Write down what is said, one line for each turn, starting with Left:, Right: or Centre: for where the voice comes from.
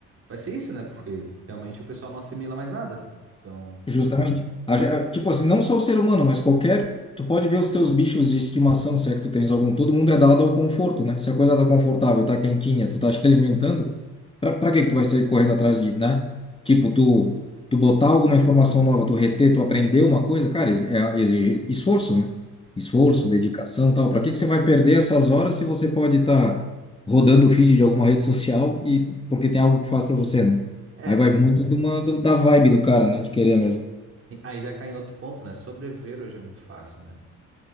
Right: vai ser isso, né? Porque realmente o pessoal não assimila mais nada. Então,
Left: Justamente. A ge- a- Tipo assim, não só o ser humano, mas qualquer. Tu pode ver os teus bichos de estimação, se é que tu tens algum. Todo mundo é dado ao conforto, né? Se a coisa tá confortável, tá quentinha, tu tá te <laughs> alimentando, pra, pra que que tu vai sair correndo atrás de, né? Tipo, tu, tu botar alguma informação nova, tu reter, tu aprender uma coisa, cara, ex- é, exige esforço, né? Esforço,
Right: sim,
Left: dedicação, tal. Pra que que você vai perder essas horas se você pode estar tá rodando o feed de alguma rede social e porque tem algo que faz
Right: sim.
Left: pra você, né?
Right: É,
Left: Aí vai muito de uma, do- da vibe do cara, né? De querer mesmo.
Right: Sim, Aí já cai em outro ponto, né? Sobreviver hoje é muito fácil, né?